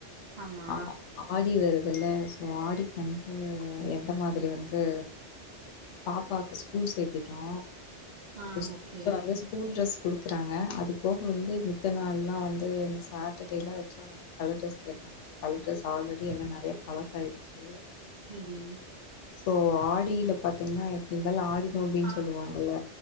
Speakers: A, on the right; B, on the left.
A: ஆமா
B: ஆ ஆடி வருது வெல்லேஸ் உ ஆடிக் வந்து எந்த மாதிரி வந்து பாப்பாக்கு ஸ்கூல் சேத்திட்டோ
A: ஆ
B: சோ ஸ்கூல்ல
A: ஓகே
B: வந்து ஸ்கூல் டிரஸ் குடுக்குறாங்க அது போக வந்து மித்த நாள்லா வந்து இந்த சேட்டர்டேலா வச்சா வந்து கலர் டிரஸ் கேப்பாங்க கலர் டிரஸ் ஆல்ரெடி எல்லா நெறைய பழசாயிடுச்சு
A: செரி
B: சோ ஆடியில பாத்தீங்ன்னா எப்டி இருந்தாலு ஆடி நோம்பினு
A: ஆ
B: சொல்லுவாங்கல்ல